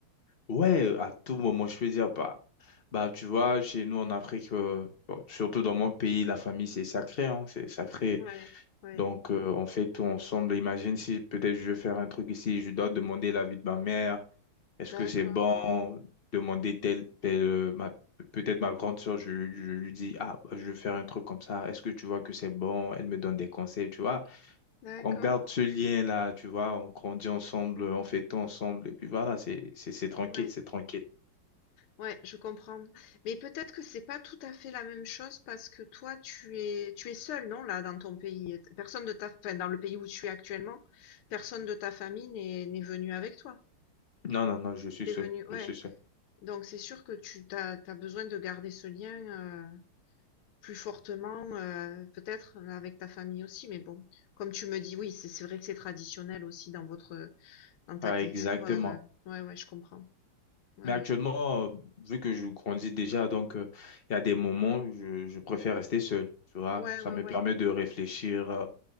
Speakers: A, on the left (about 50°); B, on the left (about 75°).
A: Ouais, à tout moment, je peux dire, bah, bah, tu vois, chez nous en Afrique, euh, bon, surtout dans mon pays, la famille, c'est sacré, hein, c'est sacré.
B: Ouais, ouais,
A: Donc, euh, on fait tout ensemble. Imagine si peut-être je veux faire un truc ici, je dois demander l'avis de ma mère. Est-ce
B: d'accord,
A: que c'est bon? Demander tel, tel, euh, ma- peut-être ma grande soeur, je, je lui dis, ah, je veux faire un truc comme ça. Est-ce que tu vois que c'est bon? Elle me donne des conseils, tu vois.
B: d'accord.
A: On garde ce lien-là, tu vois. On grandit ensemble,
B: Mhm.
A: on fait tout ensemble. Et puis voilà, c'est, c'est, c'est tranquille,
B: Ouais,
A: c'est tranquille.
B: ouais, je comprends. Mais peut-être que c'est pas tout à fait la même chose parce que toi, tu es, tu es seul, non, là, dans ton pays. Personne de ta, enfin, dans le pays où tu es actuellement, personne de ta famille n'est, n'est venu avec toi.
A: Non, non, non, je suis
B: T'es
A: seul,
B: venu, ouais.
A: je suis seul.
B: Donc c'est sûr que tu t'as, t'as besoin de garder ce lien euh, plus fortement, euh, peut-être avec ta famille aussi. Mais bon, comme tu me dis, oui, c'est c'est vrai que c'est traditionnel aussi dans votre Dans ta
A: Ouais,
B: culture,
A: exactement.
B: heu, ouais, ouais, je comprends. Ouais,
A: Mais actuellement,
B: ouais.
A: euh, vu que je grandis déjà, donc euh, il y a des moments où je, je préfère rester seul. Tu vois,
B: Ouais,
A: ça
B: ouais,
A: me
B: ouais,
A: permet de réfléchir. euh,